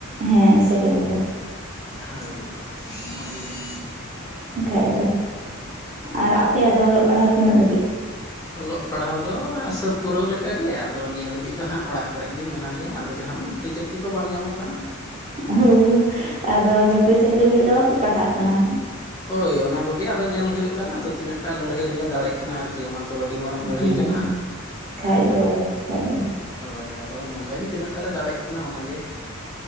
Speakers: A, on the right; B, on the left.
A: ᱦᱮᱸ ᱥᱮᱠᱮᱱᱰ ᱤᱭᱟᱨ
B: ᱦᱳᱭ ᱢᱚᱡᱽ ᱜᱮ ᱾
A: ᱮᱱᱠᱷᱟᱡ ᱫᱚ ᱟᱨ ᱟᱯᱮᱭᱟᱜ ᱫᱚ ᱚᱞᱚᱜ ᱯᱟᱲᱦᱟᱣ ᱛᱤᱱᱟᱹᱜ ᱫᱷᱟᱹᱵᱤᱡ?
B: ᱚᱞᱚᱜ ᱯᱟᱲᱦᱟᱣ ᱫᱚ ᱥᱟᱹᱛ ᱯᱩᱨᱟᱹᱣ ᱞᱮᱠᱟ ᱜᱮ ᱟᱫᱚ ᱱᱤᱭᱟᱹ ᱫᱷᱟᱹᱵᱤᱡ ᱫᱚ ᱦᱟᱸᱜ ᱚᱲᱟᱜ ᱠᱚᱨᱮ ᱜᱮ ᱢᱮᱱᱟᱜ ᱞᱮᱭᱟ ᱟᱫᱚ ᱡᱟᱦᱟᱱ ᱱᱚᱠᱨᱤ ᱪᱟᱹᱠ ᱪᱟᱹᱠᱨᱤ ᱠᱚ ᱵᱟᱝ ᱧᱟᱢᱚᱜ ᱠᱟᱱᱟ ᱾
A: ᱦᱳ ᱦᱳ ᱟᱫᱚ ᱱᱚᱠᱨᱤ ᱪᱟᱹᱠᱨᱤ ᱞᱟᱹᱜᱤᱫ ᱫᱚ ᱵᱟᱯᱮ ᱯᱟᱲᱦᱟᱜ ᱠᱟᱱᱟ?
B: ᱦᱳᱭ ᱚᱱᱟ ᱠᱚᱜᱮ ᱟᱫᱚ ᱧᱮᱞ ᱦᱩᱭᱩᱜ ᱠᱟᱱᱟ, ᱟᱫᱚ ᱛᱤᱱᱟᱹᱜ ᱴᱟ ᱞᱟᱹᱲᱦᱟᱹᱭ ᱨᱮᱞᱮ ᱫᱟᱲᱮᱜ ᱠᱟᱱᱟ ᱟᱹᱨᱠᱤ ᱚᱱᱟ ᱛᱚ ᱟᱹᱰᱤ ᱢᱟᱨᱟᱝ ᱞᱟᱹᱲᱦᱟᱹᱭ
A: ᱦᱮᱸ
B: ᱠᱟᱱᱟ
A: ᱦᱮᱸ
B: ᱾
A: ᱠᱷᱟᱡ ᱫᱚ ᱠᱷᱟᱱ ᱫᱚ
B: ᱦᱳᱭ ᱟᱫᱚ ᱱᱚᱝᱠᱟ ᱜᱮ ᱛᱤᱱᱟᱹᱜ ᱴᱟᱜ ᱞᱮ ᱫᱟᱲᱮᱜ ᱠᱟᱱᱟ ᱚᱱᱟᱜᱮ ᱾